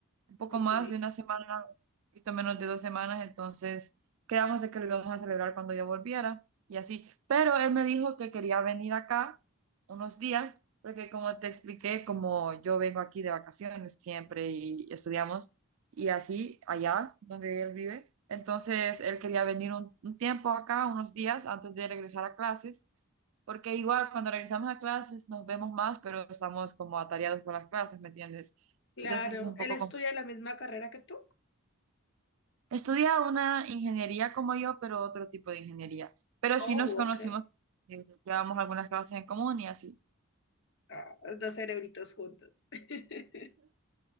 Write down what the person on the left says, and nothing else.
ok.
Claro,
¿él
estudia
la misma carrera que tú?
Oh,
ok.
Ah, dos cerebritos juntos. <laughs>